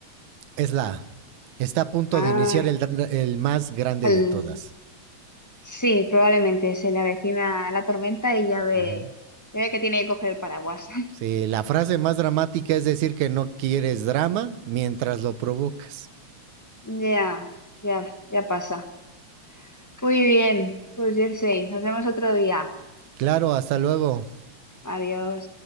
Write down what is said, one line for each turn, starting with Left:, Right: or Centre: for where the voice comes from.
Right: es la A. Está a punto
Left: Ay,
Right: de iniciar el, el más grande
Left: el-
Right: de todas.
Left: Sí, probablemente se le avecina la tormenta y ya ve,
Right: Uh-huh.
Left: ya ve que tiene que coger el paraguas. <laughs>
Right: Sí, la frase más dramática es decir que no quieres drama mientras lo provocas.
Left: Ya, ya, ya pasa. Muy bien, pues Jersey, nos vemos otro día.
Right: Claro, hasta luego.
Left: Adiós.